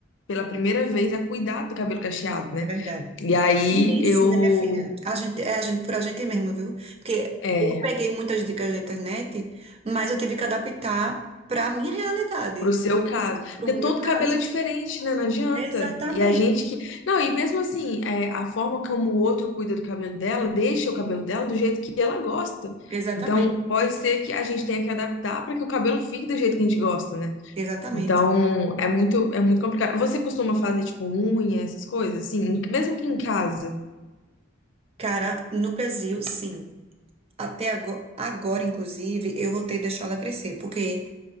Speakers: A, on the left (about 75°); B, on the right (about 30°).
A: pela primeira vez a cuidar do cabelo cacheado, né?
B: É verdade.
A: E aí
B: Ninguém
A: eu.
B: ensina, minha filha. A gente, é a gente por a gente mesmo, viu? Porque
A: É,
B: eu peguei muitas dicas na internet, mas eu tive que adaptar para a minha realidade,
A: pro seu caso.
B: para
A: Porque
B: o
A: todo
B: meu caso.
A: cabelo é diferente, né? Não adianta.
B: Exatamente,
A: E a gente que. Não, e mesmo assim, é, a forma como o outro cuida do cabelo dela, deixa o cabelo dela do jeito que ela gosta.
B: exatamente,
A: Então, pode ser que a gente tenha que adaptar para que o cabelo fique do jeito que a gente gosta, né?
B: exatamente.
A: Então, é muito, é muito complicado. Você costuma fazer, tipo, unha, essas coisas, assim? Mesmo que em casa?
B: Cara, no Brasil, sim. Até agora, agora, inclusive, eu vou ter que deixá-la crescer, porque